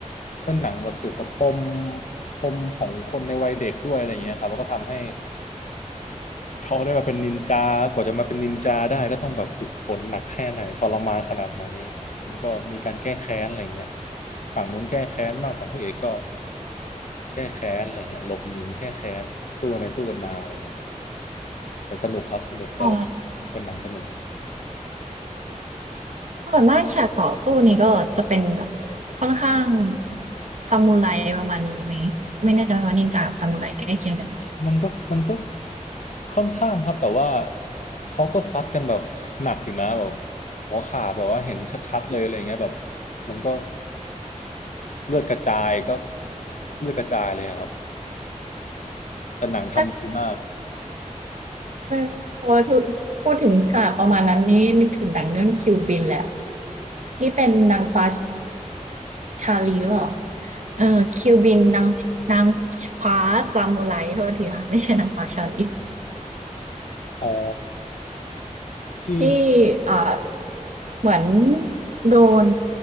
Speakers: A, on the left; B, on the right.
A: เป็นหนังแบบเกี่ยวกับปมปมของคนในวัยเด็กด้วยอะไรเงี้ยครับแล้วก็ทำให้ เขาได้มาเป็นนินจากว่าจะมาเป็นนินจาได้ก็ต้องแบบฝึกฝนหนักแค่ไหนทรมานขนาดไหนแล้วก็มีการแก้แค้นอะไรเงี้ยฝั่งนู้นแก้แค้นบ้างฝั่งพระเอกก็แก้แค้นอะไรเงี้ยหลบหนีแก้แค้นสู้กันไปสู้กันมาอะไรเงี้ยแต่สนุกครับสนุกแบบว่า
B: อ๋อ
A: เป็นหนังสนุก
B: ส่วนมากฉากต่อสู้นี่ก็จะเป็นแบบค่อนข้างซามูไรประมาณนี้ไหมไม่แน่ใจว่านินจากับซามูไรใกล้เคียงกันไหม
A: มันก็มันก็ค่อนข้างครับแต่ว่าเขาก็ซัดกันแบบหนักอยู่นะแบบหัวขาดแบบว่าเห็นชัดๆเลยอะไรเงี้ยแบบมันก็ เลือดกระจายก็เลือดกระจายเลยอะครับแต่หนังทำดีมาก
B: ถ้าเออพอถึงพูดถึงฉากประมาณนั้นนี่นึกถึงหนังเรื่องคิวบินแหละที่เป็นนางฟ้าชาลีหรือเปล่าเออคิวบินนางนางฟ้าซามูไรโทษทีค่ะไม่ใช่นางฟ้าชาลี
A: อ๋อที่
B: ที่อ่าเหมือนโดน